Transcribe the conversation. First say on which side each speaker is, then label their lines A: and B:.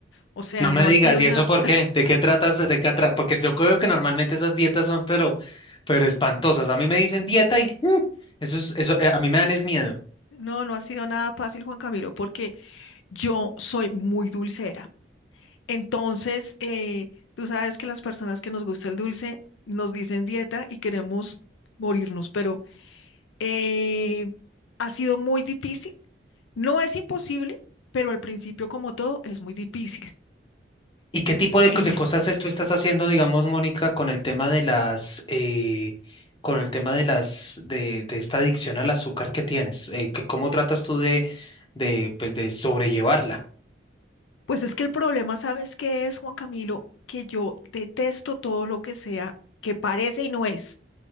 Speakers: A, on the left; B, on the left.
A: O sea,
B: No me
A: no
B: digas,
A: ha sido
B: ¿y
A: nada,
B: eso por qué? ¿De qué tratas? ¿De qué atra- Porque yo creo que normalmente esas dietas son, pero, pero espantosas. A mí me dicen dieta y mm, eso es, eso, eh, a mí me dan es miedo.
A: no, no ha sido nada fácil, Juan Camilo, porque yo soy muy dulcera. Entonces, eh, tú sabes que las personas que nos gusta el dulce nos dicen dieta y queremos morirnos, pero eh, ha sido muy difícil. No es imposible, pero al principio, como todo, es muy difícil.
B: ¿Y qué tipo de,
A: Eh,
B: cos- de cosas es- tú estás haciendo, digamos, Mónica, con el tema de las, eh, con el tema de las, de, de esta adicción al azúcar que tienes? Eh, que, ¿cómo tratas tú de, de, pues, de sobrellevarla?
A: pues es que el problema, ¿sabes qué es, Juan Camilo? Que yo detesto todo lo que sea, que parece y no es.